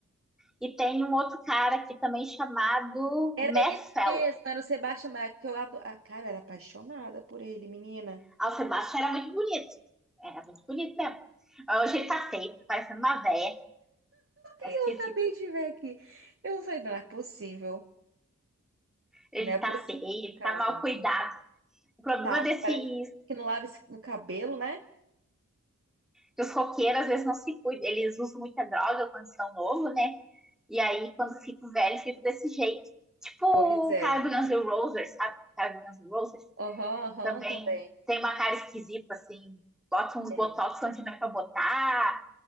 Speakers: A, in the centre; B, on the right.
A: e tem um outro cara aqui também chamado
B: Era
A: Matt
B: esse
A: Fellow.
B: mesmo. Era o Sebastian Bach, que eu adoro. Ah, cara, eu era apaixonada por ele, menina.
A: Ah, o Sebastian era muito bonito. Era muito bonito mesmo. Ah, Hoje ele tá feio, tá parecendo uma véia. É
B: E
A: esquisito.
B: eu acabei de ver aqui. Eu falei, não é possível.
A: Ele
B: Não é possível,
A: tá feio, ele
B: cara.
A: tá mal cuidado. O problema
B: Tá,
A: desses
B: parece que não lava esse- o cabelo, né?
A: que os roqueiros às vezes não se cuidam. Eles usam muita droga quando são novos, né? E aí, quando fico velho, fico desse jeito. Tipo
B: Pois é.
A: o cara do Guns N' Roses, sabe? O cara do Guns N' Roses
B: Aham, aham,
A: também
B: também.
A: tem uma cara esquisita, assim. Bota uns
B: É.
A: botox onde não é pra botar,